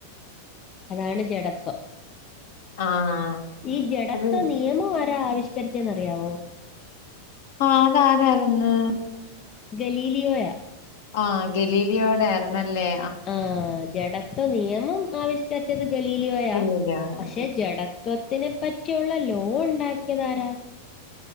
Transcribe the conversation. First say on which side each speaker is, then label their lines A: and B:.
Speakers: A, on the left; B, on the left.
A: അതാണ് ജഡത്വം
B: ആഹ്
A: ഈ ജഡത്വ
B: അത്
A: നിയമം ആരാ ആവിഷ് ക്കരിച്ചേന്നറിയാവോ?
B: ആഹ് അത് ആരാരുന്ന്?
A: ഗലീലിയോയാ
B: ആഹ് ഗലീലിയോടതാരുന്നല്ലേ
A: ആഹ് ജഢത്വ നിയമം ആവിഷ്ക്കരിച്ചത് ഗലീലിയോയാ
B: ഗലീലിയോടെ
A: പക്ഷെ ജഡത്വത്തിനെ പറ്റിയുള്ള ലോ ഉണ്ടാക്കിയതാരാ?